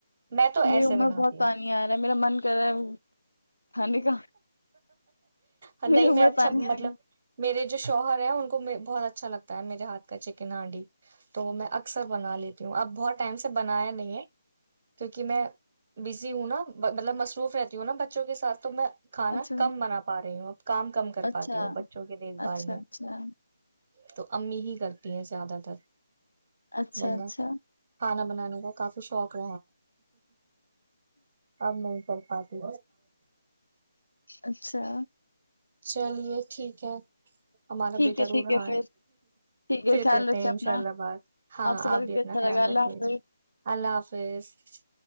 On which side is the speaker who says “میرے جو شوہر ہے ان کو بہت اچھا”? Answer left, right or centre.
Right